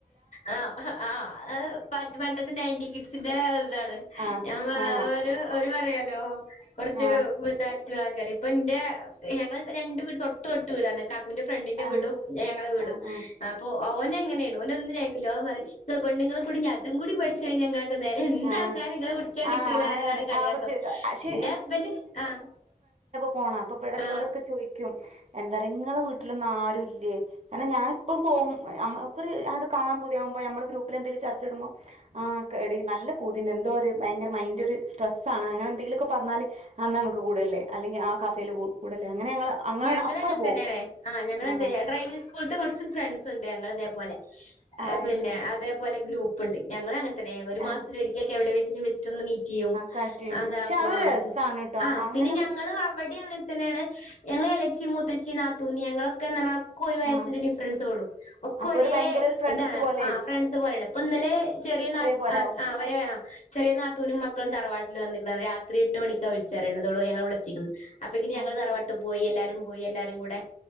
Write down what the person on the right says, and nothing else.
ആഹ്
ആഹ്
ആഹ്
ആഹ്
ആഹ് ആഹ്
ആഹ്
ആഹ്
അങ്ങനെ
പറയാ
ആ പിടിച്ചെടുക്ക പക്ഷെ
പോണപ്പ ഇബട്ല്ലോലൊക്കെ
ചോയി ക്കും എന്താറിയോ ങ്ങളെ വീട്ടിലൊന്നും ആരുല്ലേ കാരണം ഞാന്പ്പം പോവും ഞമ്മള് ക്കൊര് ആണ്ട് കാണാപൂതിയാമ്പോ ഞമ്മളെ ഗ്രൂപ്പില് എന്തെലും ചർച്ചടുമ്പോ ആ ക്കെടി നല്ല പൂതിണ്ട് എന്തോഒര് ഭയര മൈൻഡോരു സ്ടെസ്സാണ് അങ്ങനെന്തെങ്കിലൊക്കെ പറഞ്ഞാല് അന്നാ നമ്മക്ക് കൂടല്ലേ അല്ലെങ്കി ആ കഫേല് കു കൂടല്ലേ അങ്ങനെ ഞങ്ങള് അങ്ങനാണ്
അപ്പട്
പോവും
ആഹ്
ആഹ്
ശരി
ആഹ്
കട്ട് ചെയ്യും
പക്ഷെ അതൊരു
രസാണ് ട്ടോ
അങ്ങനെ
ആഹ്
അപ്പൊ
ഒരു ഭയങ്കര ഒരു ഫ്രണ്ട്സ്
പോലെ
പോലാവും
ആ
ശരി